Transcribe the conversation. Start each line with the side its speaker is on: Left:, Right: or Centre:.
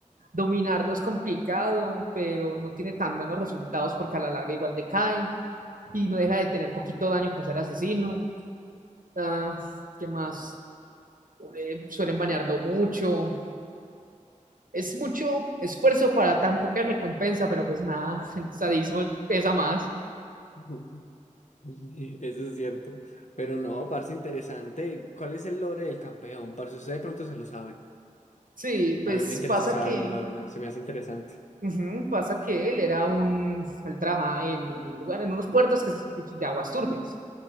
Right: dominarlo es complicado, pero no tiene tan buenos resultados porque a la larga igual decae y no deja de tener poquito daño para ser asesino. Ah, ¿qué más? Eh, suelen banearlo mucho. Es mucho esfuerzo para tan poca recompensa, pero pues nada, <laughs> el sadismo pesa más.
Left: <laughs> Eso es cierto. Pero no, parce, interesante. ¿Cuál es el lore del campeón? Parce, usted de pronto se lo sabe.
Right: Sí, pues
Left: A mí me interesa
Right: pasa
Left: saberlo,
Right: que
Left: la verdad. Se me hace interesante.
Right: Ujú, Pasa que él era un, él trabajaba en, en un lugar, en unos puertos que, es de aguas turbias,